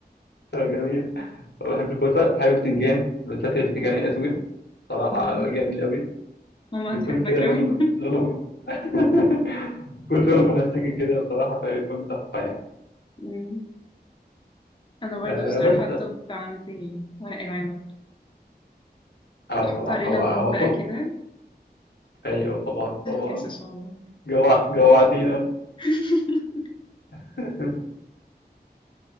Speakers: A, on the left; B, on the left.
A: فجميل فبحب الكوسه حابب بتنجان بالذات البتنجان الاسود صراحه
B: مم.
A: جميل قوي
B: ماما
A: بيكون
B: هتحبك
A: كده لونه
B: قوي
A: لونه <laughs> بيكون لونه بنفسجي كده بصراحه فبيكون تحفه يعني
B: <laughs> مم. انا برضو
A: آه
B: بصراحة
A: بس
B: الطب عندي ورق العنب
A: اه
B: بحط
A: بصراحه
B: عليه ليمون
A: هو هو
B: بقى
A: طب
B: كده
A: ايوه طبعا
B: تفكس
A: طبعا
B: ان شاء الله
A: جوع جوعتينا
B: <laughs>
A: <laughs>